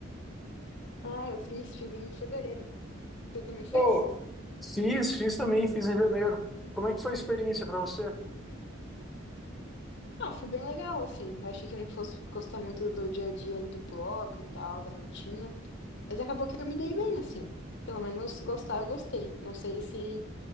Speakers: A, on the left; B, in the centre.
A: Ah, eu fiz, fiz em fevereiro. Você também fez?
B: Pô, fiz, fiz também, fiz em janeiro. E como é que foi a experiência para você?
A: Ah, foi bem legal, assim. Eu achei que eu não fosse gostar muito do dia a dia ali do bloco e tal, da rotina. Mas acabou que eu me dei bem, assim. Pelo menos gostar, eu gostei. Não sei se